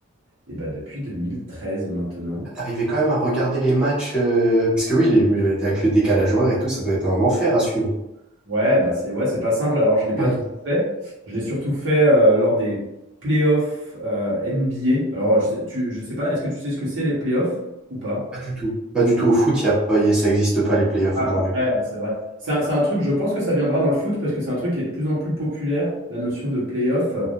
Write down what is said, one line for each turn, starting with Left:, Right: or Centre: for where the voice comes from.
Right: eh ben, depuis 2013 maintenant.
Centre: Ah, T'arrivais quand même à regarder les matchs, euh, parce que oui, les, mais avec le décalage horaire et tout, ça doit être un enfer à suivre. <clears throat>
Right: Ouais, bah c'est ouais, c'est pas simple. Alors, je l'ai pas
Centre: Hmm.
Right: tout fait. Je l'ai surtout fait euh, lors des playoffs euh, NBA. Alors, je, tu, je sais pas, est-ce que tu sais ce que c'est les playoffs ou pas?
Centre: Pas du tout. Pas du tout au foot, y a pas, y- ça n'existe pas les playoffs
Right: Ah
Centre: aujourd'hui.
Right: bah ouais, bah, c'est vrai. C'est un, c'est un truc, je pense que ça viendra dans le foot parce que c'est un truc qui est de plus en plus populaire, la notion de playoff.